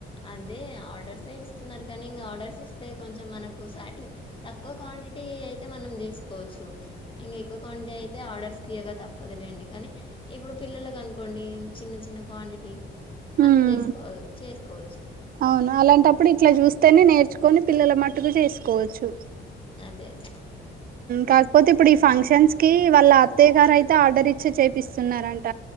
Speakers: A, on the left; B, on the right.
A: అదే ఆర్డర్సే ఇస్తున్నారు కానీ ఇంకా ఆర్డర్స్ ఇస్తే కొంచెం మనకు సాటిస్ తక్కువ క్వాంటిటీ అయితే మనం చేసుకోవచ్చు. ఇంగ ఎక్కువ క్వాంటిటీ అయితే ఆర్డర్స్ యగా తప్పదులేండి కానీ ఇప్పుడు పిల్లలకి అనుకోండి చిన్న చిన్న క్వాంటిటీ మనం
B: ఉమ్
A: చేసుకో చేస్ కోచు
B: అవును అలాంటప్పుడు ఇట్లా చూస్తేనే నేర్చుకొని పిల్లల మట్టుకు చేసుకోవచ్చు
A: దే అద
B: కాకపోతే ఇప్పుడు ఈ ఫంక్షన్స్ కి వాళ్ళ అత్తయ్య గారు అయితే ఆర్డర్ ఇచ్చి చేపిస్తున్నారంట